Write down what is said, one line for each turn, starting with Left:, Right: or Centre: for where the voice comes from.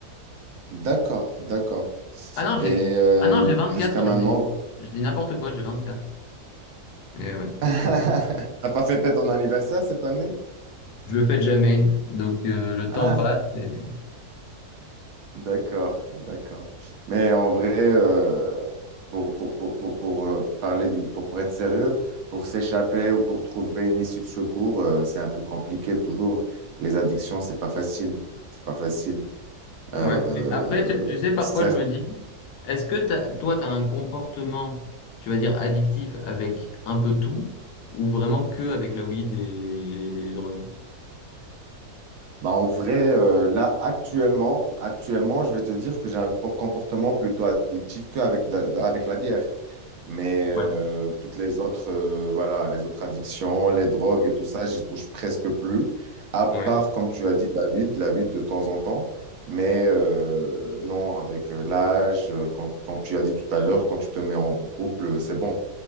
Right: D'accord, d'accord.
Left: Ah non,
Right: Et
Left: j'ai
Right: euh,
Left: ah non, j'ai 24,
Right: jusqu'à maintenant,
Left: je dis, je dis n'importe quoi, j'ai vingt quatre Et ouais.
Right: <laughs> T'as pas fêté ton anniversaire cette année?
Left: Je le fais jamais, donc euh, le
Right: Ah,
Left: temps passe et...
Right: D'accord, d'accord. Mais en vrai, euh, pour, pour, pour, pour, pour, euh, parler du, pour, pour être sérieux, pour s'échapper ou pour trouver une issue de secours, euh, c'est un peu compliqué toujours. Les addictions, c'est pas facile. C'est pas facile.
Left: Ouais,
Right: Euh,
Left: mais après, tu, tu sais, parfois
Right: certes,
Left: je me dis, est-ce que t'as- toi, tu as un comportement, tu vas dire, addictif avec un peu tout, ou vraiment que avec la weed et, et les drogues?
Right: Bah, en vrai, euh, là, actuellement, actuellement, je vais te dire que j'ai un po- comportement plutôt addictif qu'avec de la, de- avec la bière. Mais euh,
Left: Ouais,
Right: toutes les autres, euh, voilà, les autres addictions, les drogues et tout ça, j'y touche presque plus. À part,
Left: ouais,
Right: comme tu as dit, la weed, la weed de temps en temps. Mais euh, non, avec euh, l'âge, euh, quand, quand tu as dit tout à l'heure, quand tu te mets en couple, c'est bon.